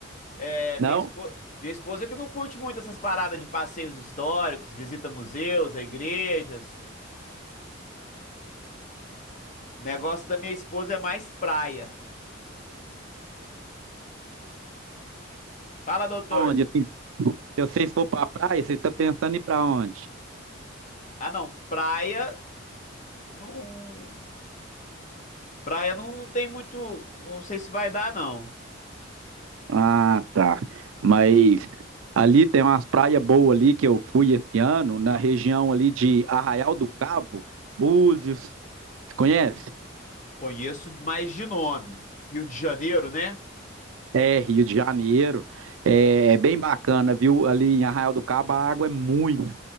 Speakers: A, on the left; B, on the right.
A: É,
B: Não?
A: minha esposa, minha esposa que não curte muito essas paradas de passeios históricos, visita museus, a igrejas. O negócio da minha esposa é mais praia. Fala, doutor.
B: Onde, assim, se vocês for para praia, vocês estão pensando em ir para onde?
A: Ah, não. Praia não. Praia não, não tem muito. Não sei se vai dar, não.
B: Ah, tá. Mas ali tem umas praias boas ali que eu fui esse ano, na região ali de Arraial do Cabo, Búzios. Você conhece?
A: Conheço mais de nome. Rio de Janeiro, né?
B: É, Rio de Janeiro. É, é bem bacana, viu? Ali em Arraial do Cabo a água é muito,